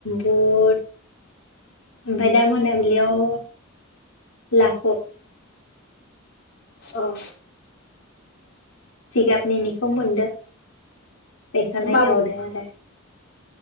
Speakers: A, on the left; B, on the left.
A: बुट ओमफाय दा मोनाबिलियाव लाख'
B: औ
A: जिगाबनिनिखौ मोनदो बेखोनो
B: अ माबु
A: एवदो आरो।